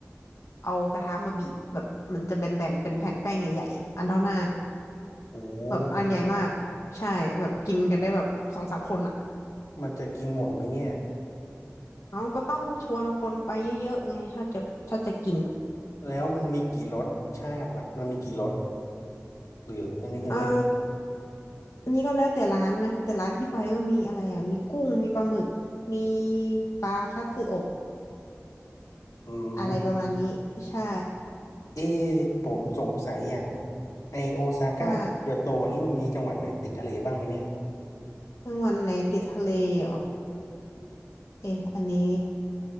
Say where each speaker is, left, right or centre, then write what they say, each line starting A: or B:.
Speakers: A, on the left (about 70°); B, on the left (about 85°).
A: เอากระทะมาบีบแบบมันจะแบนๆเป็นแผ่นแป้งใหญ่ๆอันเท่าหน้า
B: โอ
A: แบบอันใหญ่มากใช่แบบกินกันได้แบบสองสามคนอ่ะ
B: ้มันจะกินหมดไหมเนี่ย
A: น้องก็ต้องชวนคนไปเยอะๆไงถ้าจะถ้าจะกินอะ
B: แล้วมันมีกี่รสชาติน่ะมันมีกี่รสหรืออันนี้ยังไม่
A: อ่าอันนี้ก็แล้วแต่ร้านนะแต่ร้านที่ไปก็มีอะไรอ่ะมีกุ้งมีปลาหมึกมีปลาคัตสึโอะ
B: อืม
A: อะไรประมาณนี้ใช่
B: เอะผมสงสัยอย่างไอโอซาก้ากับเกียวโตนี่มันมีจังหวัดไหนติดทะเลบ้างไหมเนี่ย
A: ว่าจังหวัดไหนติดทะเลเหรอเอ๊ะอันนี้